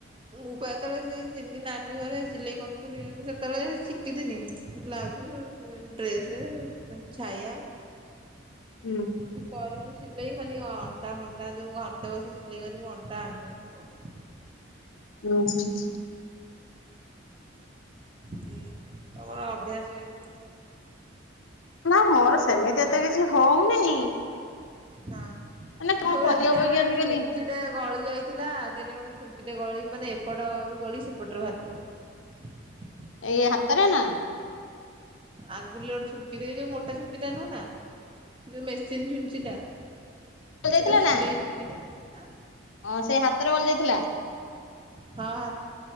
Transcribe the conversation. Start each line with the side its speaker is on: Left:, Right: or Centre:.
Right: ମୁଁ ପା ଯେତେବେଳେ ସେଇ ଥିନି ନାନୀ ଘରେ ସିଲେଇ କରୁଥିନି ମୁଁ ସେତେବେଳେ ଶିଖିଥିନି ବ୍ଲାଉ ହୁଁ ହୁଁ ହୁଁ ଡ୍ରେସେ ତ ଛାୟା
Left: ହୁଁ
Right: କି କରିବୁ ସିଲେଇ ଖାଲି ଅଣ୍ଟା ଫଣ୍ଟା ଘଣ୍ଟେ ବସି ସିଲେଇ କରିବୁ ଅଣ୍ଟା ଅ କୁହନ୍ତୁ କଣ ହେଇଛି?
Left: ହୁଁ, ହୁଁ।
Right: ସେୟା ତମର ଅଭ୍ୟାସ। ହେଇଗଲା।
Left: ନା ମୋର ସେମିତି ଏତେ କିଛି ହଉନି।
Right: ହଁ।
Left: ମାନେ କଣ
Right: ପୁରା
Left: କରିହବ
Right: ଦିନେ ଗୋଟେ
Left: କି ଆଜିକାଲି
Right: ଛୁଞ୍ଚିଟେ ଗଳି ଯାଇଥିଲା। ଦିନେ ଗୋଟେ ଛୁଞ୍ଚିଟେ ଗଳି ମାନେ ଏପଟରୁ ଗଳି ସେପଟରେ ବାହାରିଥିଲା।
Left: ଏଇ ହାତରେ ନା?
Right: ଆଙ୍ଗୁଳିର ଛୁଞ୍ଚିଟ ଏଇ ଯୋଉ ମୋଟା ଛୁଞ୍ଚି ଟା ନୁହଁ ନା? ସେ ଯୋଉ ମେସିନ୍ ଛୁଞ୍ଚି ଟା ସେଟା
Left: ଯାଇଥିଲା
Right: ସିଲେଇ
Left: ନା
Right: ଛୁଞ୍ଚିଟା। ଆ?
Left: ହଁ ସେଇ ହାତରେ ବଲ ଯାଇଥିଲା।
Right: ହଁ ହା